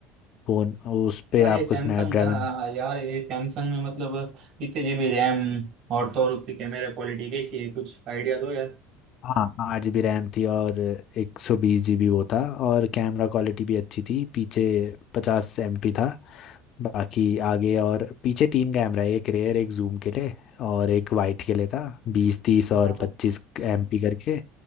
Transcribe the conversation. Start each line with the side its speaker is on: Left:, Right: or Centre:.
Left: फोन उस पे
Right: यार ये
Left: आपको
Right: सैमसंग
Left: स्नैपड्रैगन
Right: यार हाँ, यार ये सैमसंग में मतलब कितने जीबी रैम और तो और उसकी कैमरा क्वालिटी कैसी है कुछ आइडिया दो यार
Left: हाँ आठ जी रैम थी और एक सौ बीस जी बी वो था और कैमरा क्वालिटी भी अच्छी थी पीछे पचास एम पी था बाकी आगे और पीछे तीन कैमरा है एक रेयर एक जूम के लिए और एक वाइट के लिए था बीस तीस
Right: हाँ
Left: और
Right: हाँ हाँ
Left: पच्चीस एम पी करके